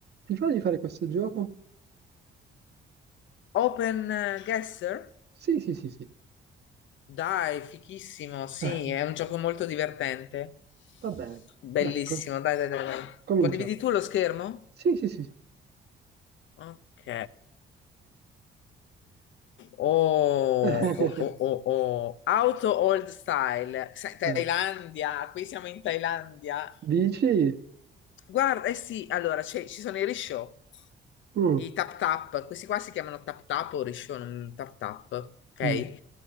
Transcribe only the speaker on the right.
Ti fa di fare questo gioco?
Sì, sì, sì, sì.
Eh,
va bene,
dai, co-
cominciamo.
Sì, sì, sì. sì.
<laughs>
Eh,
dici?
Mm,
mm.